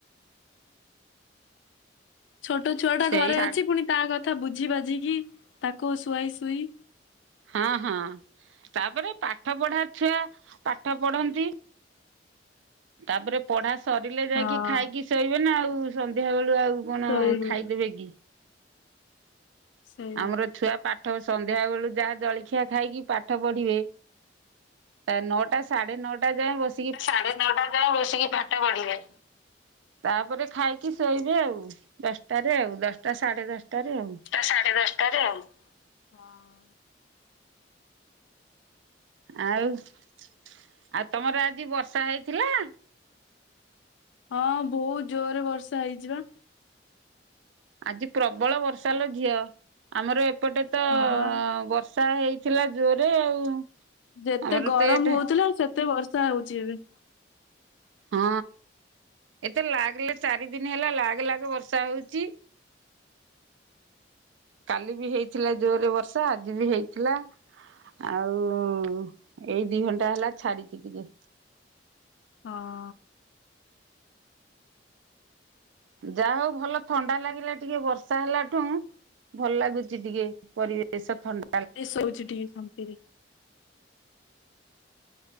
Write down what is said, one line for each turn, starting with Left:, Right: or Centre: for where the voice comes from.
Left: ଛୋଟ ଛୁଆଟା
Right: ସେଇ
Left: ଘରେ
Right: ହଁ
Left: ଅଛି ପୁଣି ତା କଥା ବୁଝି ବାଝିକି ତାକୁ ଶୁଆଇ ଶୁଇ,
Right: ହଁ-ହଁ ତାପରେ ପାଠ ପଢ଼ା ଛୁଆ ପାଠ ପଢ଼ନ୍ତି, ତାପରେ ପୁଢା ସରିଲେ ଯାଇକି
Left: ହଁ
Right: ଖାଇକି ଶୋଇବେ ନା ଆଉ ସନ୍ଧ୍ୟା ବେଳୁ ଆଉ, କଣ
Left: ଶୋଇବେ
Right: ଖାଇଦେବେ କି,
Left: ସେଇଆ।
Right: ଆମର ଛୁଆ ପାଠ ସନ୍ଧ୍ୟା ବେଳୁ ଯାହା ଜଳଖିଆ ଖାଇକି ପାଠ ପଢ଼ିବେ, ତା ନଅଟା ସାଢେ ନଅଟା ଯାଏଁ ବସ୍
Left: ସାଢ଼େ ନଅଟା ଯାଏ ବସିକି ପାଠ ପଢ଼ିବେ,
Right: ତାପରେ ଖାଇକି ଶୋଇବେ ଆଉ ଦଶଟାରେ ଆଉ ଦଶଟା ସାଢ଼େ ଦଶଟାରେ ଆଉ,
Left: ଟା ସାଢ଼େ ଦଶଟାରେ ଆଉ, ହଁ,
Right: ଆଉ-ଆଉ ତମର ଆଜି ବର୍ଷା ହେଇଥିଲା,
Left: ହଁ ବହୁତ୍ ଜୋରରେ ବର୍ଷା ହେଇଯିବା,
Right: ଆଜି ପ୍ରବଳ ବର୍ଷାଲ ଝିଅ ଆମର ଏପଟେ ତ
Left: ହଁ
Right: ଅ ବର୍ଷ୍ ସା ହେଇଥିଲା ଜୋରରେ ଆଉ,
Left: ଯେତେ
Right: ଆମର
Left: ଗରମ
Right: ତ ଏଟା
Left: ହଉଥିଲା ସେତେ ବର୍ଷା ହଉଛି ଏବେ,
Right: ହଁ ଏତେ ଲାଗିଲେ ଚାରି ଦିନି ହେଲା ଲାଗେ-ଲାଗେ ବର୍ଷା ହଉଛି, କାଲି ବି ହେଇଥିଲା ଜୋରରେ ବର୍ଷା ଆଜି ବି ହେଇଥିଲା, ଆଉ ଏଇ ଦି ଘଣ୍ଟା ହେଲା ଛାଡ଼ିଛିି ଟିକେ,
Left: ହଁ,
Right: ଯାହା ହଉ ଭଲ ଥଣ୍ଡା ଲାଗିଲା ଟିକେ ବର୍ଷା ହେଲା ଠୁ, ଭଲ ଲାଗୁଛି ଟିକେ ପରିବେଶ ଥଣ୍ଡ୍
Left: ଟିକେ ସଉଛି ଟିକେ ଶାନ୍ତିରେ,